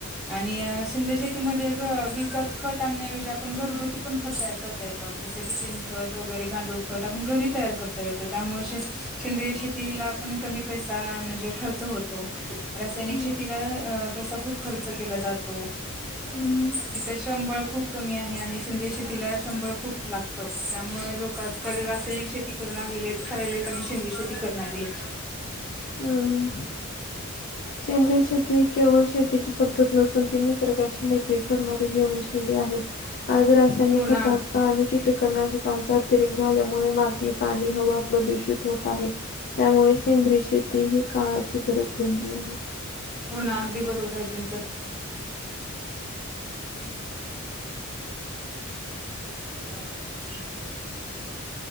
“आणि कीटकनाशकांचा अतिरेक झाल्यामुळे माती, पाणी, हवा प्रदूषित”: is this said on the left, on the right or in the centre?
Left